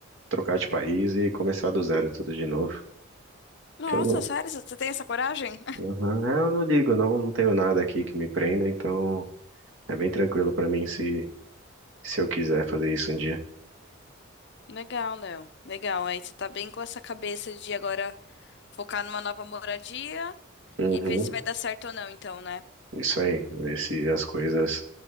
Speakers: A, on the right (about 65°); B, on the left (about 55°).
A: trocar de país e começar do zero tudo de novo.
B: Nossa,
A: Que eu não,
B: sério? Você você tem essa coragem?
A: Aham, é, eu não ligo, não, não tenho nada aqui que me prenda, então é bem tranquilo pra mim se, se eu quiser fazer isso um dia.
B: <laughs> Legal, Léo. Legal. Aí você tá bem com essa cabeça de agora focar numa nova moradia
A: Uhum,
B: e ver se vai dar certo ou não, então, né?
A: isso aí, ver se as coisas